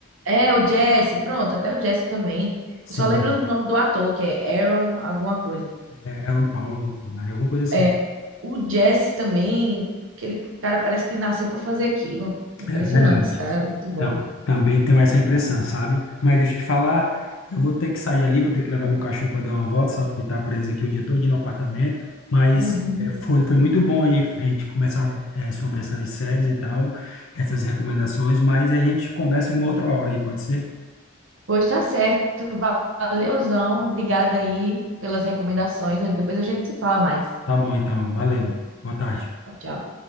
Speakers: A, on the right; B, on the left.
A: É, o Jesse, pronto, até o Jesse também.
B: Sim.
A: Eu só lembro do nome do ator, que é Aaron alguma coisa.
B: É, era um Paulo, né? alguma coisa assim.
A: É, o Jesse também, aquele cara parece que nasceu para fazer aquilo. É Impressionante,
B: É verdade.
A: esse cara, é muito bom.
B: Então, também tenho essa impressão, sabe? Mas deixa eu te falar, eu vou ter que sair ali, vou ter que levar meu cachorro para dar uma volta, só porque tá preso aqui o dia todo no apartamento. Mas
A: Uhum.
B: é, foi, foi muito bom aí a gente começar é, sobre essas séries e tal, essas recomendações, mas a gente conversa em uma outra hora aí, pode ser?
A: Pois tá certo, va- valeuzão, obrigada aí pelas recomendações. Depois a gente se fala mais.
B: Tá bom, então. Valeu. Boa tarde.
A: Tchau, tchau.